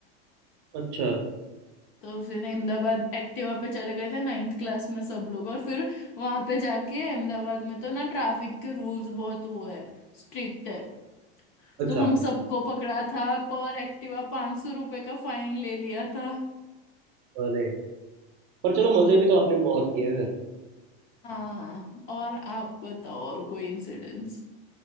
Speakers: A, on the right; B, on the left.
A: अच्छा
B: तो फिर अहमदाबाद एक्टिवा पे चले गए थे नाइन्थ क्लास में सब लोग और फिर वहां पे जाके अहमदाबाद में तो ना ट्रैफिक के रूल्स बहुत वो है स्ट्रिक्ट है
A: अच्छा
B: तो हम सबको पकड़ा था पर एक्टिवा पांच सौ रुपए का फाइन ले लिया था
A: अरे पर चलो मजे भी तो आपने बहुत किए फिर
B: हाँ और आप बताओ और कोई इंसिडेंट्स